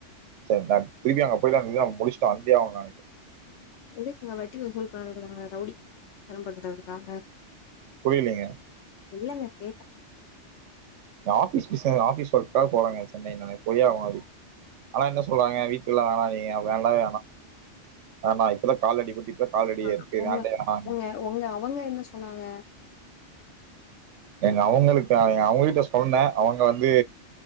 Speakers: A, on the right; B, on the left.
A: செரிங்களா திருப்பி அங்க போயிட்டு முடிச்சுட்டு வந்தே ஆகணு
B: எதுக்குங்க வட்டி வசூல் பண்ணறதுங்க ரவுடி த்தம் பண்றதுக்காங்க
A: புரியலீங்க
B: இல்லங்க கேட்டே
A: ஆபீஸ் பி ஆபீஸ் ஒர்க்கா போறாங்க சென்னை போயே ஆகு அதுக்கு ஆனா என்ன சொல்றாங்க வீட்டுலெல்லா வேணா நீங்க வேண்டாம் வேணாம் இப்பதா கால்ல அடிபட்டு இப்பதா கால் அடி
B: ஆஹ்
A: இருக்கு
B: உங்க
A: வேண்டவே வேணா
B: உங்க உங்க அவங்க என்ன சொன்னாங்க
A: எங்க அவங்களுக்கு அவங்ககிட்ட சொன்னே அவங்க வந்து